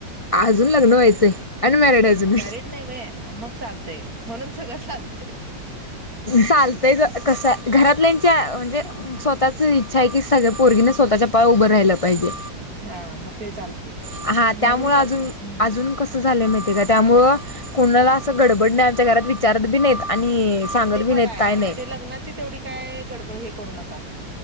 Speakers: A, on the left (about 60°); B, on the right (about 50°).
A: आजून लग्न व्हायचंय. अनमॅरिड
B: लग्न
A: अजून
B: मॅरिड नाय वय मग चालतय म्हणून सगळं चालतय.
A: चालतंय क कसं. घरातल्यांच्या म्हणजे स्वतःच इच्छा आहे की सगळ्या पोरगीने स्वतःच्या पाया उभं राहिलं पाहिजे.
B: हा मग ते चालते
A: हा
B: म्हणून
A: त्यामुळे अजून
B: चालते.
A: अजून कसं झालंय माहिते का त्यामुळं कोणाला असं गडबड नाही आमच्या घरात विचारत बी नाहीत आणि सांगत
B: ते
A: बी
B: बरं
A: नाहीत
B: आहे.
A: काय नाही
B: ते लग्नाची तेवढी काय गडबड हे करू नका.